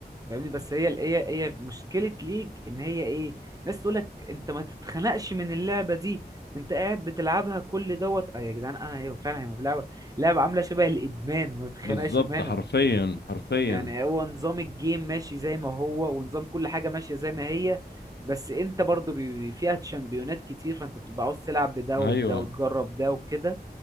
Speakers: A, on the right; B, on the left.
A: فاهمني بس هي هي هي مشكله ليج ان هي ايه ناس تقول لك انت ما تتخنقش من اللعبه دي انت قاعد بتلعبها كل دوت اه يا جدعان انا ايوه فعلا هي لعبه لعبه عامله شبه الادمان ما بتخنقش
B: بالظبط
A: منها
B: حرفيا حرفيا
A: يعني هو نظام الجيم ماشي زي ما هو ونظام كل حاجة ماشية زي ما هي بس انت برضو بي- بي- فيها شامبيونات كتير فانت بتبقى عاوز تلعب بده
B: ايوه
A: وبده وتجرب ده وكده